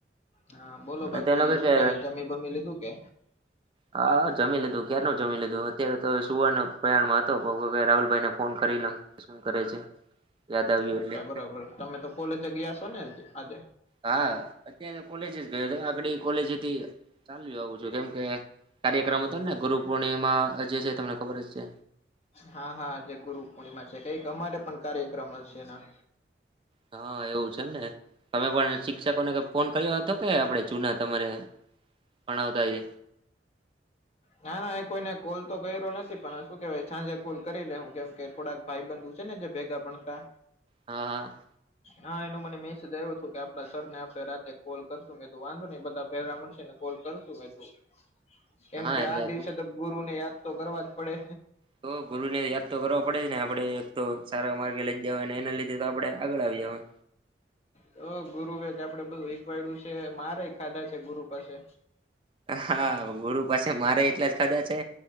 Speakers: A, on the left; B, on the right.
A: હા બોલો
B: મને
A: બાકી
B: તો લાગે
A: શું
B: કે
A: કેવાય જમી બમી લીધું કે?
B: હા જમી લીધું ક્યારનું જમી લીધું અત્યારે તો સુવાનો પ્રયાણમાં હતો <unintelligible> રાહુલભાઈને ફોન કરી લવ શું કરે છે. યાદ આવ્યું
A: અચ્છા
B: એટલે
A: બરાબર તમે તો કોલેજ ગયા અસો ને આજે?
B: હા અત્યારે કોલેજ જ ગયો હતો આંગડી કોલેજથી ચાલ્યું આવું છું કેમ કે કાર્યક્રમ હતો ને ગુરુ પૂર્ણિમામા જે છે તમને ખબર જ છે.
A: હા હા આજે ગુરુ પૂર્ણિમા છે કઈક અમારે પણ કાર્યક્રમ અસે એના.
B: હા એવું છે એમ ને. તમે પણ શિક્ષકોને કે ફોન કર્યો હતો કે આપણે જુના તમારે ભણાવતા એ
A: ના ના એ કોઈને કોલ તો કર્યો નથી પણ શું કેહેવાય સાંજે કોલ કરી લે હું કેમ કે થોડાક ભાઈ બંધુ છે ને જે ભેગા ભણતા
B: હા.
A: હા એનું મને મેસેજ આવ્યો હતું કે આપડા સર ને આપડે રાતે કોલ કરશું મેં તો વાંધો નય બધા ભેગા મળશે ને કોલ કર શું હતું કેમ
B: હા
A: કે
B: એટલે
A: આ દિવસે તો ગુરુને યાદ તો કરવા જ પડે.
B: તો ગુરુ ને યાદ તો કરવા પડે જ ને આપડે એક તો સારા માર્ગે લઈજ જવા ને એના લીધે તો આપડે અગળ આવી જવાય
A: તો ગુરુ એ જે આપડે બધું હિકવાડ્યું છે મારે ખાધા છે ગુરુ પાસે.
B: હા ગુરુ પાસે મારે એટલા જ ખાધા છે